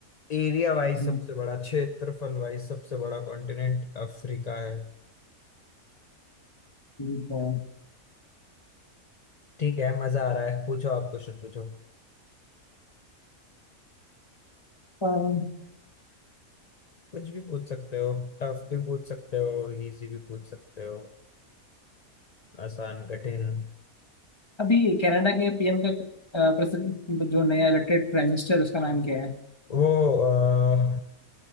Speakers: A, on the left; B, on the left.
A: एरिया वाइज
B: हम्म,
A: सबसे बड़ा क्षेत्रफल वाइज सबसे बड़ा कॉन्टिनेंट अफ्रीका है
B: ठीक है।
A: ठीक है मजा आ रहा है पूछो आप क्वेश्चन पूछो
B: अह,
A: कुछ भी पूछ सकते हो टफ भी पूछ सकते हो इजी भी पूछ सकते हो आसान कठिन
B: अभी कनाडा के पीएम का अह, प्रेसिडेंट जो नया इलेक्टेड प्राइम मिनिस्टर उसका नाम क्या है
A: वो अह,